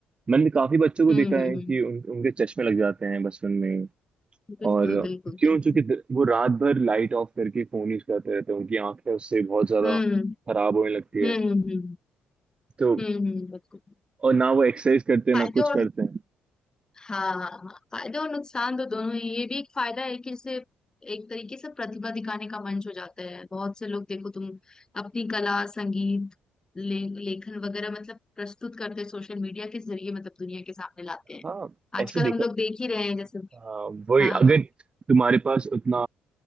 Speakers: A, on the right; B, on the left.
A: मैंने काफी बच्चों को
B: हम्म
A: देखा
B: हम्म,
A: है
B: हम्म,
A: कि उन, उनके चश्मे लग जाते हैं बचपन में
B: बिल्कुल
A: और
B: बिल्कुल
A: क्यों
B: बिल्कुल
A: चूंकि द- वो रात भर लाइट ऑफ करके फोन यूज करते रहते हैं उनकी आंखें उससे बहुत ज्यादा
B: हम्म
A: खराब होने लगती
B: हम्म
A: है
B: हम्म
A: तो
B: हम्म हम्म, बिल्कुल
A: और ना वो एक्सरसाइज करते हैं
B: फायदे
A: ना कुछ
B: और
A: करते हैं
B: हाँ हाँ हाँ, फायदे और नुकसान तो दोनों ही ये भी एक फायदा है कि जैसे एक तरीके से प्रतिभा दिखाने का मंच हो जाता है बहुत से लोग देखो तुम अपनी कला संगीत ले, लेखन वगैरह मतलब प्रस्तुत करते हैं सोशल मीडिया के जरिए मतलब दुनिया के सामने लाते हैं
A: हाँ ऐसे
B: आजकल
A: देखा
B: हम लोग देख ही रहे हैं जैसे
A: हाँ, वही
B: हाँ
A: अगर
B: हाँ
A: तुम्हारे पास उतना